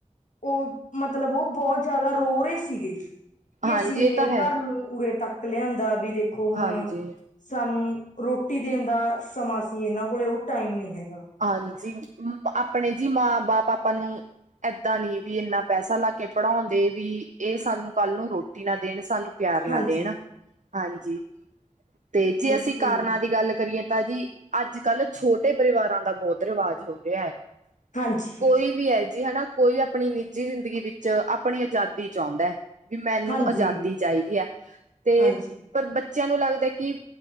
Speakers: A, on the left; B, on the right.
A: ਉਹ ਮਤਲਬ ਉਹ ਬਹੁਤ ਜ਼ਿਆਦਾ ਰੋ ਰੋਏ ਸੀਗੇ ਕਿ
B: ਹਾਂਜੀ
A: ਅਸੀਂ ਨੇ
B: ਇਹ ਤਾਂ ਹੈ
A: ਘਰ ਨੂੰ ਉਰੇ ਤੱਕ ਲਿਆਂਦਾ ਵੀ ਦੇਖੋ ਹੁਣ
B: ਹਾਂਜੀ
A: ਸਾਨੂੰ ਰੋਟੀ ਦੇਣ ਦਾ ਸਮਾਂ ਸੀ। ਇਹਨਾਂ ਕੋਲ ਉਹ ਟਾਈਮ ਨਹੀਂ ਹੈ।
B: ਹਾਂਜੀ, ਆਪਣੇ ਜੀ ਮਾਂ ਬਾਪ ਆਪਾਂ ਨੂੰ ਏਦਾਂ ਨੀ ਵੀ ਇੰਨਾ ਪੈਸਾ ਲਾ ਕੇ ਪੜਾਉਣ ਦੇ ਵੀ ਇਹ ਸਾਨੂੰ ਕੱਲ ਨੂੰ ਰੋਟੀ ਨਾ ਦੇਣ ਸਾਨੂੰ ਪਿਆਰ
A: ਹਾਂਜੀ
B: ਨਾਲ ਦੇਣ ਹਾਂਜੀ, ਤੇ ਜੇ
A: ਬਿਲਕੁਲ
B: ਅਸੀਂ ਕਾਰਨਾਂ
A: ਜੀ
B: ਦੀ ਗੱਲ ਕਰੀਏ ਤਾਂ ਜੀ ਅੱਜ ਕੱਲ ਛੋਟੇ ਪਰਿਵਾਰਾ ਦਾ ਬਹੁਤ ਰਿਵਾਜ ਹੋ, ਰਿਹਾ ਹੈ।
A: ਹਾਂਜੀ
B: ਕੋਈ ਵੀ ਹੈ ਜੀ ਹਨਾ। ਕੋਈ ਆਪਣੀ ਨਿੱਜੀ ਜ਼ਿੰਦਗੀ ਵਿੱਚ ਆਪਣੀ ਆਜ਼ਾਦੀ ਚਾਉਦਾ ਹੈ। ਵੀ ਮੈਨੂੰ
A: ਹਾਂਜੀ
B: ਆਜ਼ਾਦੀ ਚਾਹੀਦੀ ਏ ਤੇ
A: ਹਾਂਜੀ
B: ਪਰ ਬ ਬੱਚਿਆਂ ਨੂੰ ਲੱਗਦਾ ਕਿ,